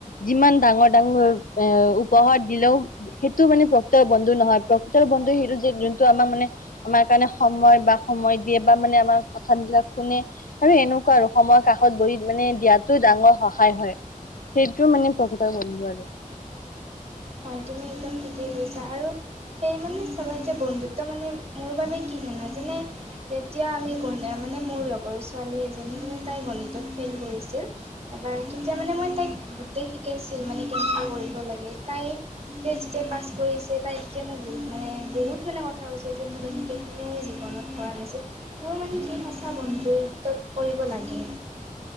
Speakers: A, on the left (about 75°); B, on the right (about 45°).
A: যিমান ডাঙৰ ডাঙৰ এ উপহাৰ দিলেও সেইটো মানে প্ৰকৃতৰ বন্ধু নহয়, প্ৰকৃতৰ বন্ধু সেইটো যে যো টো আমাক মানে, আমাৰ কাৰণে সময় বা সময় দিয়ে বা মানে আমাৰ কথাবিলাক শুনে আৰু এনেক নেকোৱা আৰু সময়ৰ কাষত বহি মানে দিয়াতো ডাঙৰ সহায় হয়। সেইটোও মানে প্ৰকৃতৰ বন্ধু বাৰু
B: হয় তুমি একদম ঠিকেই কৈছা আৰু সেই মানে চাবা যেতিয়া বন্ধুত্ব মানে মোৰ বাবে কি জানা যেনে যেতিয়া আমি গলে মানে মোৰ লগৰ ছোৱালী এজনী মানে তাই গণিতত ফেইল কৰিছিল। এবাৰ তেতিয়া মানে মই তাইক গোটেই শিকাইছিল মানে কেনেকৈ কৰিব লাগে। তাই যে যেতিয়া পাছ কৰিছে তাই তেতিয়া মোৰ বহুত মানে বহুত মানে কথা হৈছে যে মোৰ তেনে কোনে জীৱনত কৰা নাছিল। মোৰ মানে কি সঁচা বন্ধুত্ব কৰিব লাগে।